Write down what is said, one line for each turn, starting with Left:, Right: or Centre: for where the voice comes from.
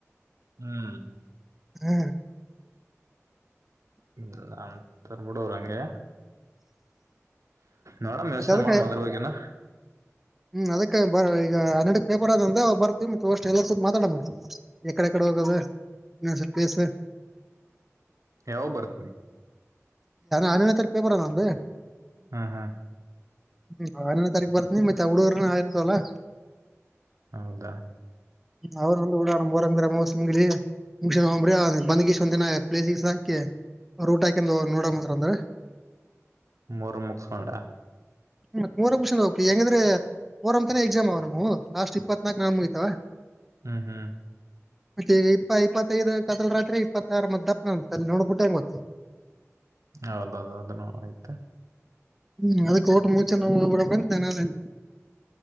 Right: ಹ್ಮ್
Centre: ಹ್ಮ್
Right: ಇಲ್ಲ ಅ ತರ್ರ್ಬಿಡ ಅವ್ರ ಹಂಗೆ ನೋಡಮ್ ಯೋಚನೆ
Centre: ಮತ್ತೆ ಅದಕ್ಕೆ
Right: ಮಾಡ್ ಮದ್ರ ಬಗ್ಗಿನ
Centre: ಹ್ಮ್ ಅದಕ್ಕೆ ಬರ ಈಗ ಹನ್ನೆರಡು ಹೋಗ್ಬರ್ ಬರ್ತವಿ ಮತ್ತ ಅಷ್ಟ ಎಲ್ಲರ್ ಸ ಮಾತಾಡ ಮರಿ ಎಕಡೆಕಡೆ ಹೋಗದ ಇ ಪ್ಲೇಸ್
Right: ಯಾವಾಗ ಬರುತ್ತೀರಿ
Centre: ಆರನೇ ತಾರೀಖು ಹೋಗು ಬರೊನೊಂದು
Right: ಹಾ ಹಾ
Centre: ಹೂ ಹನ್ನೆರೆಡು ನೇ ತಾರೀಕು ಬರ್ತೀನಿ ಮತ್ತೆ ಹುಡುಗರು ಆಯುರ್ಥವಲ್ಲ
Right: ಹೌದಾ
Centre: ಅವರು ಒಂದು ಓಡಾರ ಮುರಾಗು ಮುಗ ಹ್ರಿ ಬಂದ್ಗೀಷ್ಟ ಒಂದ ದಿನ ಪ್ಲೇಸ್ಸ್ ಹಾಕಿ ರೂಟ್ ಹಾಕಿ ನೋಡ ಮಾತ್ರ ಅಂದ್ರೆ
Right: ಮೂರು ಮುಗಸ್ಕೊಂಡ
Centre: ಹ್ಮ ಮೂರ ಕಷನ್ ಹೋಗ್ಗಂದ್ರೆ ಮೊಹರಮ್ತನ ಎಕ್ಸಾಮ್ ಅವ ನಮ ಲಾಸ್ಟ್ ಇಪ್ಪತ್ನಾಕ ನ ಮುಗಿತಾವ
Right: ಹ್ಮ್ ಹ್ಮ್
Centre: ಮತ್ತೆ ಇಪ್ಪ ಇಪ್ಪತ್ತೈದು ಕತ್ತಲು ರಾತ್ರಿ ಇಪ್ಪತ್ತಾರ್ ಮತ್ ದಪ್ಪನ ಅಂತ ಅಲ್ಲಿ ನೋಡ್ಬಿಟ್ಟ ಹೆಂಗ ಹೋಗ್ತಿ
Right: ಹೌದೌದೌದನು ಆಯ್ತು
Centre: ಹ್ಮ್ ಅದಕ್ಕೆ ವೋಟು ಮುಚೆ ನಾವು ಬಿಡಬ್ರ ಅಂತ ನ